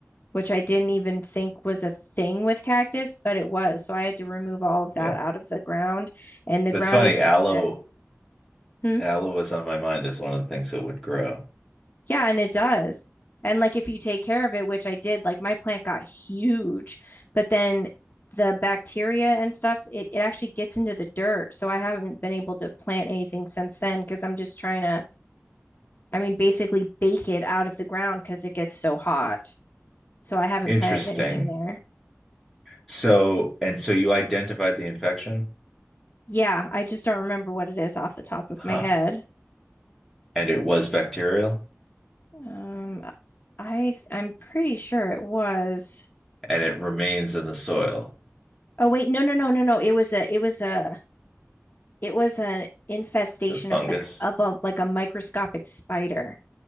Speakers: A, on the left; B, in the centre.
A: which I didn't even think was a thing with cactus, but it was. So I had to remove all of that
B: Yeah.
A: out of the ground and the
B: That's
A: ground
B: funny.
A: has
B: Aloe,
A: just been hmm.
B: aloe was on my mind as one of the things that would grow.
A: Yeah, and it does. And like if you take care of it, which I did, like my plant got huge, but then the bacteria and stuff, it, it actually gets into the dirt. So I haven't been able to plant anything since then because I'm just trying to, I mean, basically bake it out of the ground because it gets so hot. So I haven't
B: Interesting.
A: planted anything there.
B: So, and so you identified the infection?
A: Yeah, I just don't remember what it is off the top of
B: Huh.
A: my head.
B: And it was bacterial
A: Um, I th- I'm pretty sure it was.
B: and it remains in the soil.
A: Oh wait, no, no, no, no, no. It was a it was a It was an infestation
B: The fungus.
A: of like of a like a microscopic spider,